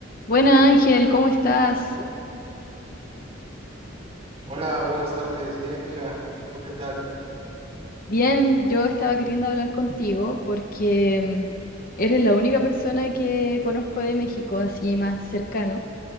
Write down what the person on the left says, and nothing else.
Buenas Ángel, ¿cómo estás?
Bien, yo estaba queriendo hablar contigo porque mm, eres la única persona que conozco de México, así más cercano,